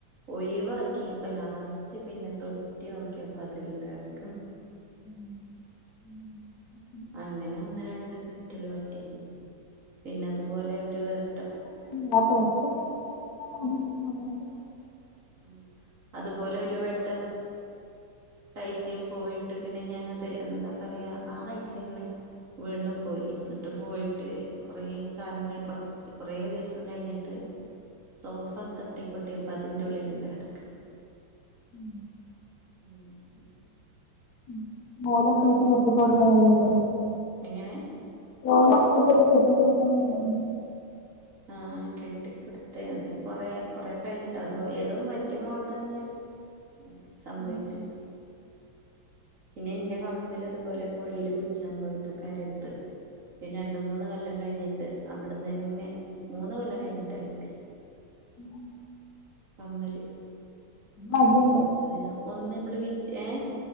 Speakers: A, on the right; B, on the left.
A: ഒഴിവാക്കി അപ്പ ലാസ്റ്റ് പിന്നെ തൊട്ടി നോക്ക്യേപ്പ അതില്ണ്ട് കെടക്ക്ണ്
B: ഉം ഉം ഉം ഉം
A: ഇങ്ങനെ ഒന്ന് രണ്ട് പറ്റല് പറ്റിക്ക്ണ്. പിന്നെ അതുപോലെ ഒരു വട്ടം
B: <unintelligible>
A: ഉം അതുപോലെ ഒരു വട്ടം കയ്ചെയിൻ പോയിട്ട് പിന്നെ ഞാനത് എന്താ പറയാ ആ കയ്ച്ചെന്നെ വീണ്ടും പോയി ഇന്നട്ട് പോയിട്ട് കൊറേ കാലങ്ങ് കൊറ്ച്ച് കൊറേ ദിവസം കഴിഞ്ഞിട്ട് സോഫ തട്ടിക്കൊട്ടിയപ് പ്പതിൻ്റെ ഉള്ളില്ണ്ട് കെടക്ക്ണ്
B: ഉംഹ്
A: അങ്ങനെഹ് നി
B: ഉം നൂലക്കേട്ടി കെട്ടി കൊടുക്കായിരുന്നില്ലേ
A: എങ്ങനെ
B: നൂലൊക്കെ വെച്ചിട്ട് കെട്ടി കൊടുക്കാരൂന്നില്ലെന്ന്
A: ആഹ് കെട്ടിക്കൊടുത്ത് ണ്. അത് കൊറെ കൊറെ കഴിഞ്ഞിട്ട് ഏതോ മറ്റെ മോള് തന്ന്യേ
B: <inaudible>
A: ഇങ്ങനെ സംഭവിച്ച്ക്ക്ണ്
B: കൊടുക്കാനായിരുന്നു
A: പിന്നെ ഇന്റെ കമ്മല് ഇതുപോലെ പോഴേൽ കുളിച്ചാൻ പോയത്തെ കരെത്ത് പിന്നെ രണ്ട് മൂന്ന് കൊല്ലം കഴിഞ്ഞിട്ട് അവിടന്നെന്നെ. മൂന്ന് കൊല്ലം കഴിഞ്ഞിട്ടാ കിട്ടിയെ
B: ഉം ഉം
A: കമ്മല്
B: മട്യാണ്
A: അപ്പൊ ഇതിന് ഒന്ന് നമ്മള് വിറ്റ് ഏഹേ